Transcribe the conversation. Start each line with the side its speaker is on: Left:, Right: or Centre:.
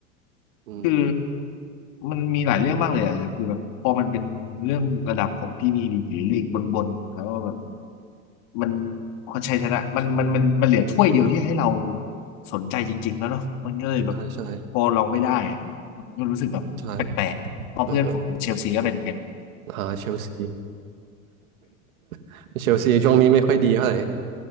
Right: อืม
Left: คือมันมีหลายเรื่องมากเลยอะคือแบบพอมันเป็นเรื่องระดับของพรีเมียร์ลีกหรือลีกบนๆแล้วก็แบบมันเขาใช้ชนะมันมันมันมันเหลือถ้วยเดียวที่ให้เราสนใจจริงๆแล้วเนาะมันก็เลยแบบ
Right: ใช่ใช่
Left: พอลองไม่ได้อะมันก็รู้สึกแบบแปลกๆเพอเพื่อนผมเชลซีก็เป็นเงี้ย
Right: ใช่เออ
Left: <laughs>
Right: อ่าเชลซี <laughs> เชลซีช่วงนี้ไม่ค่อยดีเท่าไหร่